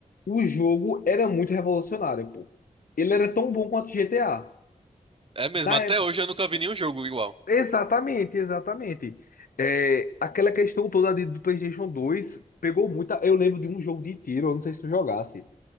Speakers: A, on the left; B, on the right.
A: o jogo era muito revolucionário, pô. Ele era tão bom quanto GTA.
B: É mesmo,
A: Na
B: até
A: época.
B: hoje eu nunca vi nenhum jogo igual.
A: Exatamente, exatamente. É, aquela questão toda de- do PlayStation 2 pegou muita. Eu lembro de um jogo de tiro, eu não sei se tu jogasse.